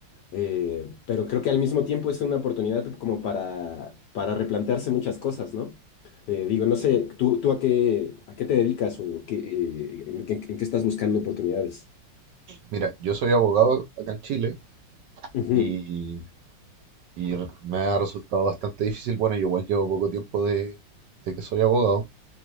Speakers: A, on the left (about 70°); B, on the right (about 65°).
A: Eh, pero creo que al mismo tiempo es una oportunidad como para, para replantearse muchas cosas, ¿no? Eh, digo, no
B: Sí.
A: sé, ¿tú, tú a qué, a qué te dedicas o qué, eh, en, qué en qué estás buscando oportunidades?
B: Mira, yo soy abogado acá en Chile
A: Ujú,
B: y, y me ha resultado bastante difícil. Bueno, yo igual llevo poco tiempo de, de que soy abogado,